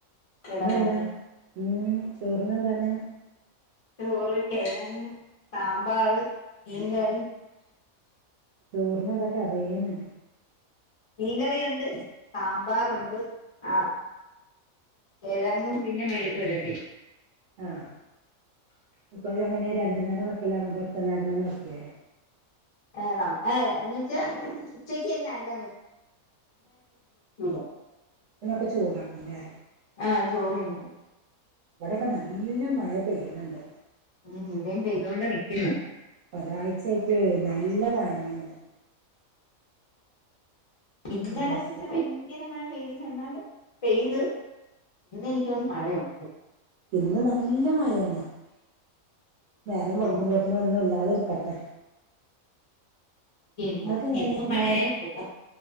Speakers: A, on the left; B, on the right.
A: ഇവിടെ
B: ഇന്നെന്താ?
A: തന്നെ
B: ഇന്ന് ചോറിന് എന്താണ്?
A: ചോറ് കെഴങ്ങ് സാമ്പാറ് മീൻകറി
B: ചോറിനെന്താ കറീന്ന്
A: മീൻകറിയുണ്ട് സാമ്പാറുണ്ട് ആ കിഴങ്ങും പിന്നെ മെഴുക് പെരട്ടി.
B: ആഹ് അപ്പങ്ങനെ രണ്ട് നേരം വെക്കലാണോ അതോ ഒറ്റ നേരം തന്നെ വെക്കേ?
A: ഏഹ് ഏഹ് എന്ന ച്ചാ ഉച്ചക്കന്നെല്ലാ <unintelligible>
B: ഇതിനൊക്കെ ചൂടാക്കുംല്ലേ
A: ആഹ് ചോറുതിന്നുന്നത്.
B: ഇവിടെക്ക നല്ല മഴ പെയ്യ്ണിണ്ട്.
A: ഉം ഈടെയും പെയ്യ്തോണ്ട് നിക്കുന്ന്.
B: ഒരാഴ്ചയായിട്ട് നല്ല മഴന്നെയാണ്
A: ഇന്നലെ
B: ഡ്രസ്സ്
A: പക്ഷെ ഭയ് ങ്കര മഴ പെയ്തില്ല എന്നാല് പെയ്ത് ഇന്ന് എനിക്കോന്ന് മഴയുണ്ട്.
B: ഇന്ന് നല്ല മയാണ് നേരം വെൾക്കുമ്പോത്ത്ന്
A: ഉം
B: ഒന്നും ഇല്ലാതെരക്കട്ടെ
A: പിന്നെ
B: ങ്ങക്ക്ങ്ങനെ
A: എന്നും മഴയായ
B: മയ
A: കൊള്ളാം